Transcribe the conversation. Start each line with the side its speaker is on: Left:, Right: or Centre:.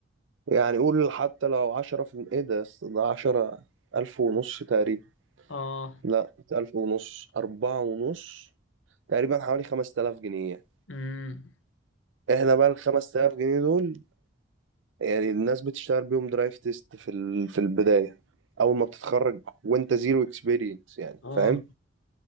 Right: يعني قول حتى لو عشرة في ايه ده ده عشرة ألف ونص تقريبا
Left: اه
Right: لا ألف ونص أربعة ونص تقريبا حوالي خمس تلاف جنيه
Left: امم
Right: احنا بقى الخمس تلاف جنيه دول يعني الناس بتشتغل بيهم درايف تيست في ال... في البداية أول ما بتتخرج وأنت زيرو اكسبيرينس يعني
Left: اه
Right: فاهم